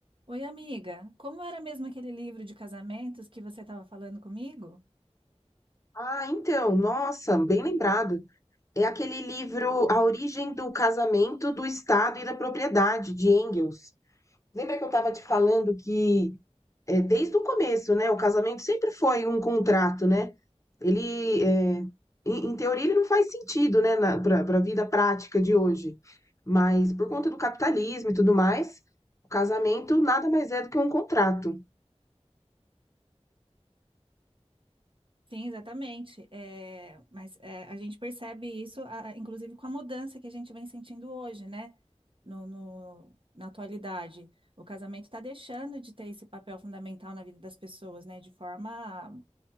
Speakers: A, on the right; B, on the left.
A: Oi, amiga. Como era mesmo aquele livro de casamentos que você estava falando comigo?
B: Ah, então, nossa, bem lembrado. É aquele livro A Origem do Casamento, do Estado e da Propriedade, de Engels. Lembra que eu estava te falando que, é, desde o começo, né, o casamento sempre foi um contrato, né? Ele, é, em, em teoria, ele não faz sentido, né, para a vida prática de hoje. Mas por conta do capitalismo e tudo mais, o casamento nada mais é do que um contrato.
A: Sim, exatamente. É, mas é, a gente percebe isso, a- inclusive com a mudança que a gente vem sentindo hoje, né? No, no- na atualidade. O casamento está deixando de ter esse papel fundamental na vida das pessoas, né? De forma